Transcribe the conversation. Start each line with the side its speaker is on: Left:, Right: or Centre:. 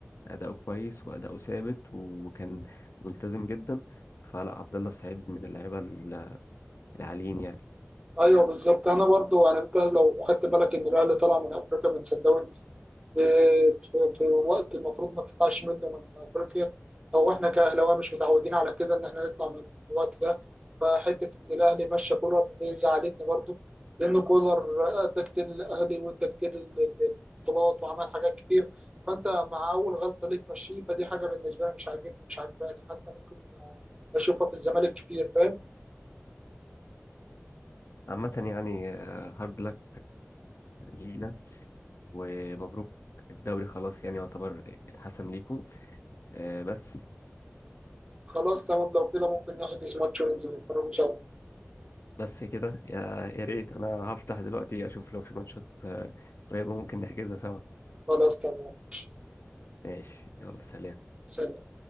Left: أداؤه كويس وأداؤه ثابت وكان ملتزم جدا فلا عبد الله السعيد من اللعيبة ال- العاليين يعني
Right: ايوه بالظبط انا برضو يعني انت لو خدت بالك ان الاهلي طلع من افريقيا من سان داونز آه، في في وقت المفروض ما تطلعش منه من افريقيا او احنا كاهلاويه مش متعودين على كده ان احنا نطلع من الوقت ده فحته ان الاهلي مشى كولر دي زعلتني برضو لان كولر ادى كتير للاهلي وادى كتير لل- للبطولات وعمل حاجات كتير فانت مع اول غلطه ليك مشيه فدي حاجه بالنسبه لي مش عاجبني مش عاجباني حتى ممكن اشوفها في الزمالك كتير فاهم
Left: عامة يعني هارد لك لينا ومبروك الدوري خلاص يعني يعتبر اتحسم ليكم آه، بس
Right: خلاص تمام لو كده ممكن نحجز ماتش وننزل نتفرجوا سوا
Left: بس كده يا يا ريت انا هفتح دلوقتي اشوف لو في ماتشات آه، قريبة ممكن نحجزها سوا
Right: خلاص تمام ماشي
Left: ماشي يلا سلام
Right: سلام